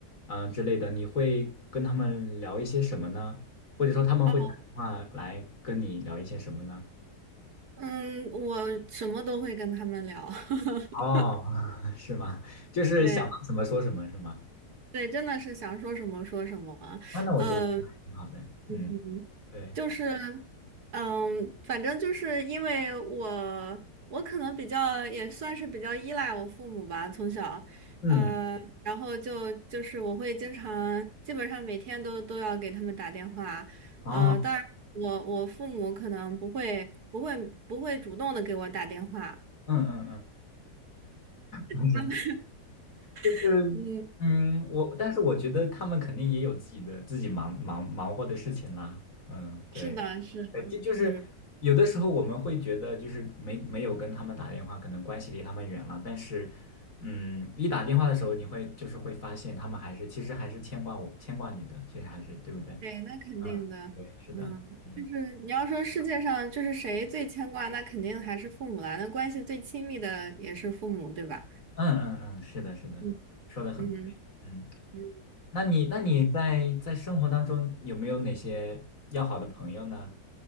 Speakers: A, on the left; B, on the right.
A: 嗯、之类的，你会跟他们聊一些什么呢？或者说他们会打电话来跟你聊一些什么呢？
B: 哦，嗯，我什么都会跟他们聊。<laughs>
A: 哦，<laughs> 是吗？就是想到什么说什么是吗？
B: 对对，真的是想说什么说什么。
A: 啊，那我觉得挺好的，
B: 呃。
A: 嗯，
B: 嗯，
A: 对。
B: 就是，嗯，反正就是因为我，我可能比较也算是比较依赖我父母吧，从小，
A: 嗯。
B: 呃，然后就就是我会经常，基本上每天都都要给他们打电话，
A: 哦，
B: 呃，当然我我父母可能不会不会不会主动的给我打电话，
A: 嗯嗯嗯，<laughs> 是，
B: 他们，
A: 就是嗯，
B: <laughs> 嗯，
A: 我但是我觉得他们肯定也有自己的自己忙忙忙活的事情啦，嗯，对，
B: 是的，是的，
A: 对，这就是有的时候我们会觉得就是没没有跟他们打电话，
B: 嗯。
A: 可能关系离他们远了，但是嗯，一打电话的时候，你会就是会发现他们还是其实还是牵挂我牵挂你的，其实还是对不对？
B: 对，那肯定的，
A: 嗯，对，是的，
B: 嗯，
A: 嗯
B: 就是你要说世界上就是谁最牵挂，那肯定还是父母啦，那关系最亲密的也是父母，对吧？
A: 嗯嗯嗯，是的，是的，
B: 嗯
A: 说的很对，
B: 嗯
A: 嗯。
B: 嗯
A: 那你那你在在生活当中有没有哪些要好的朋友呢？